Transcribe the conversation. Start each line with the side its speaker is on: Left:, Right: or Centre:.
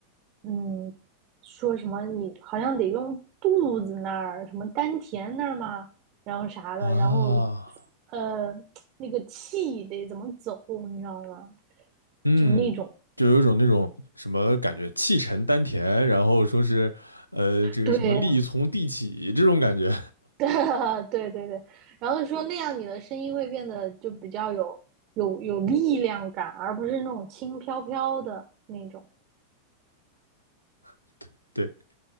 Right: 嗯，说什么你好像得用肚子那儿，什么丹田那儿吗？然后啥的，
Left: 啊，
Right: 然后呃那个气得怎么走，你知道吗？
Left: 嗯，
Right: 就那种，
Left: 就有一种那种什么感觉，气沉丹田，然后说是，呃，这个什么力从地起这种感觉，
Right: 对 <laughs> 对对对对，然后说那样你的声音会变得就比较有有有力量感，而不是那种轻飘飘的那种，
Left: <laughs> 对对，